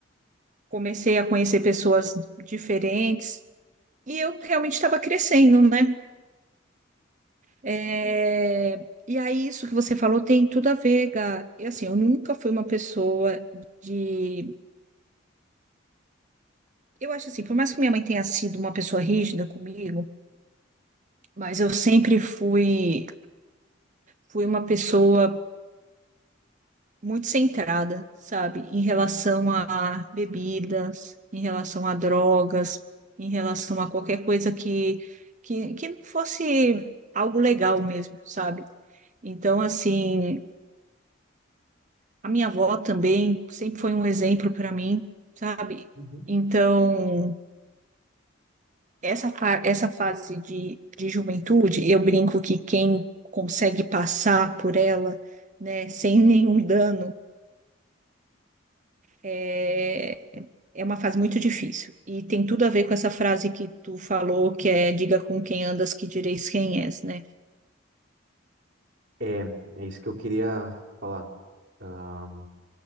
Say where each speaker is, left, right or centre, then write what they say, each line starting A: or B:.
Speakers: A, on the right; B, on the right.
A: Comecei a conhecer pessoas diferentes e eu realmente estava crescendo, né? É, E aí, isso que você falou tem tudo a ver, Gá. E assim, eu nunca fui uma pessoa de. Eu acho assim, por mais que minha mãe tenha sido uma pessoa rígida comigo, mas eu sempre fui, fui uma pessoa muito centrada, sabe, em relação a bebidas, em relação a drogas, em relação a qualquer coisa que, que, que não fosse algo legal mesmo, sabe? Então, assim, a minha avó também sempre foi um exemplo para mim, sabe?
B: uhum.
A: Então, essa, fa- essa fase de, de juventude, eu brinco que quem consegue passar por ela, né, sem nenhum dano, é, É uma fase muito difícil. E tem tudo a ver com essa frase que tu falou, que é diga com quem andas que direis quem és, né?
B: É, é isso que eu queria falar. Ah,